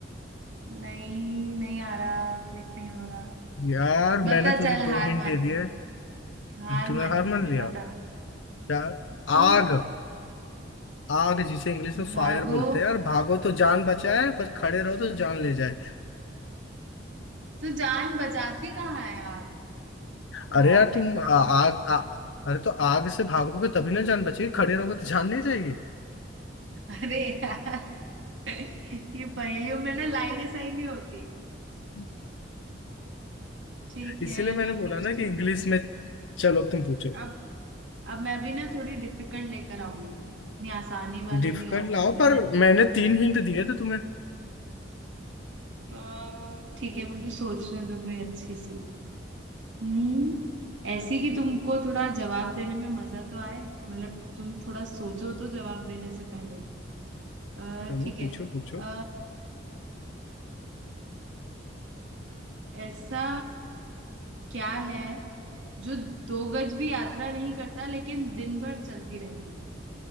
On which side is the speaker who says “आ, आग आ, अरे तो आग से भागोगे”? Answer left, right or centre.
Left